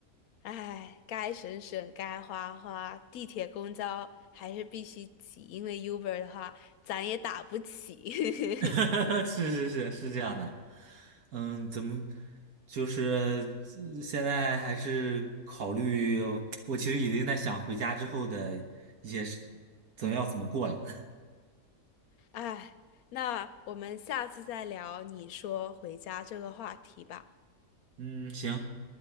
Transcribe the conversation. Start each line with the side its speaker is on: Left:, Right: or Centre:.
Left: 哎，该省省，该花花，地铁、公交还是必须挤，因为 Uber 的话，咱也打不起。
Right: <laughs>
Left: <laughs>
Right: 是是是是这样的，嗯，怎么就是呃现在还是考虑，我其实已经在想回家之后的一些事，怎么要怎么过了，
Left: 哎，那我们下次再聊你说回家这个话题吧。
Right: <laughs> 嗯，行。